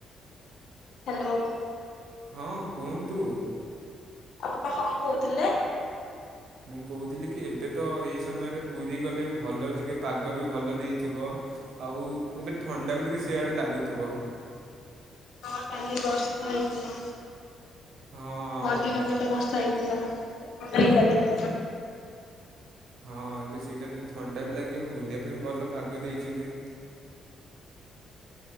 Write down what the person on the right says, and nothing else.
ହଁ କୁହନ୍ତୁ।
ମୁଁ କହୁଥିଲି କି ଏବେ ତ ଏଇ ସମୟରେ ପୁରୀ ଗଲେ ବି ଭଲ ଟିକେ ପାଗ ବି ଭଲ ଦେଇଥିବ ଆଉ ଏବେ ଥଣ୍ଡା ବି ଟିକେ ସେଆଡେ ଲାଗୁଥୁବ।
ହଁ
ହଁ ଏବେ ସେଇଟା ବି ଥଣ୍ଡା ବି ଲାଗିବ, ବୁଲିବା ପାଇଁ ବି ଭଲ ପାଗ ଦେଇଛି ବି।